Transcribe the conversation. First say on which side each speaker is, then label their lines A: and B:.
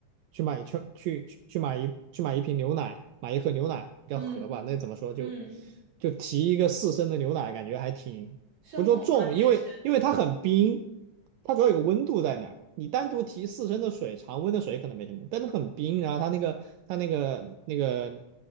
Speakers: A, on the right; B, on the right.
A: 去买去去去去买一去买一瓶牛奶，买一盒牛奶，不叫盒吧？
B: 嗯
A: 那怎么说就
B: 嗯，
A: 就提一个四升的牛奶，感觉还挺不说重，
B: 生活化健身，
A: 因为因为它很冰，它主要有个温度在那儿。你单独提四升的水，常温的水可能没什么，但是很冰，然后它那个它那个那个